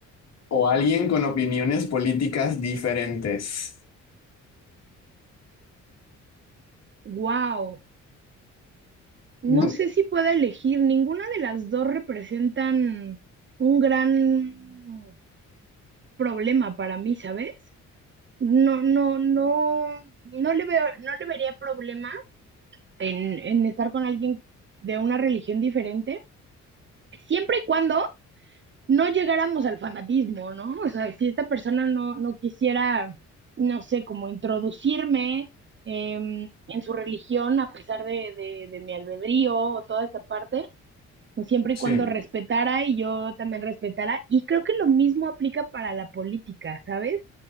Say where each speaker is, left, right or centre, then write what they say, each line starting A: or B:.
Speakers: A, on the left (about 60°); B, on the right (about 40°).
A: o alguien con opiniones políticas diferentes?
B: Wow,
A: <laughs>
B: no sé si puedo elegir. Ninguna de las dos representan un gran problema para mí, ¿sabes? No, no, no, no le veo, no le vería problema en, en estar con alguien de una religión diferente, siempre y cuando no llegáramos al fanatismo, ¿no? O sea, si esta persona no, no quisiera, no sé, como introducirme em, en su religión a pesar de, de, de mi albedrío o toda esta parte, pues, siempre
A: Sí.
B: y cuando respetara y yo también respetara. Y creo que lo mismo aplica para la política, ¿sabes?